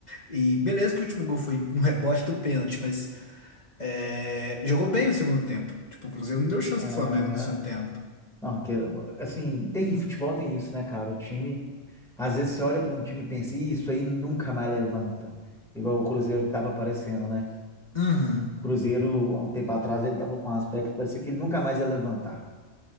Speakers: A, on the left; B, in the centre.
A: e beleza que o último gol foi um rebote do pênalti, mas é, jogou bem no segundo tempo. Tipo, o Cruzeiro não deu chance
B: É,
A: pro Flamengo no segundo tempo.
B: não, que, assim, tem futebol, tem isso, né, cara? O time, às vezes você olha para um time e pensa, "Ih, isso aí nunca mais levanta. Igual o Cruzeiro tava aparecendo, né?
A: Uhum.
B: O Cruzeiro, há um tempo atrás, ele tava com um aspecto, que parecia que ele nunca mais ia levantar.